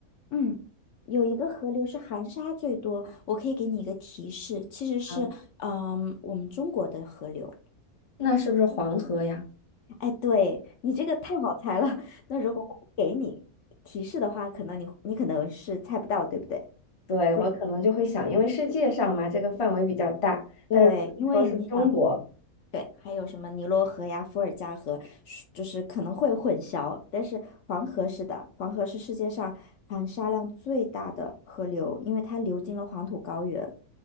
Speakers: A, on the left; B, on the left.
A: 嗯，有一个河流是含沙最多，我可以给你一个提示，其实是，
B: 啊，
A: 嗯、我们中国的河流。
B: 那是不是黄河呀？
A: 哎，对，你这个太好猜了。<laughs> 那如果我不给你提示的话，可能你你可能是猜不到，对不对？
B: 对，
A: 不一，
B: 我可能就会想，因为世界上嘛，这个范围比较大，
A: 对，
B: 但是说是中国，
A: 因为你想，对，还有什么尼罗河呀、伏尔加河，是就是可能会混淆。但是黄河是的，黄河是世界上含沙量最大的河流，因为它流经了黄土高原。